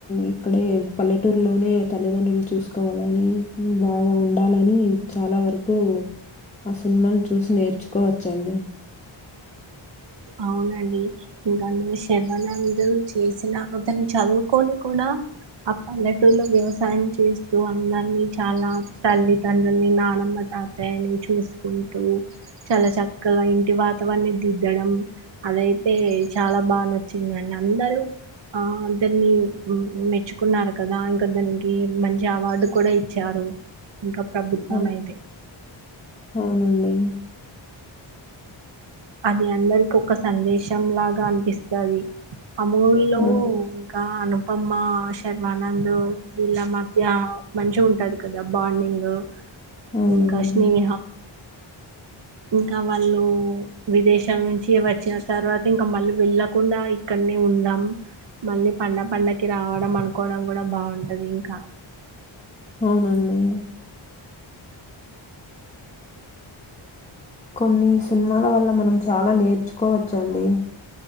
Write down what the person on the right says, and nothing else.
అవునండి ఇంకాందులో శర్వానంద్ చేసిన అతను చదువుకొని కూడా ఆ పల్లెటూరులో వ్యవసాయం చేస్తూ అందరినీ చాలా తల్లి తండ్రుల్ని నానమ్మని తాతయ్యని చూసుకుంటూ చాలా చక్కగా ఇంటి వాతావరణం దిద్దడం అదైతే చాలా బాగా నచ్చిందండి అందరూ ఆ అందర్నీ మెచ్చుకున్నారు కదా ఇంకా దానికి మంచి అవార్డు కూడా ఇచ్చారు ఇంకా ప్రభుత్వం
అయితే
అది అందరికి ఒక సందేశం లాగా అనిపిస్తది ఆ మూవీలో
ఇంకా అనుపమ్మ శర్మానంద్ వీళ్ళ మధ్య మంచిగా ఉంటది కదా బాండింగ్
ఇంకా స్నేహ ఇంకా వాళ్ళు విదేశాల నుంచి వచ్చిన తర్వాత ఇంకా మళ్ళీ వెళ్ళ కుండా ఇక్కడనే ఉందాం మళ్ళీ పండ పండకి రావడం అనుకోవడం కూడా బాగుంటది ఇంకా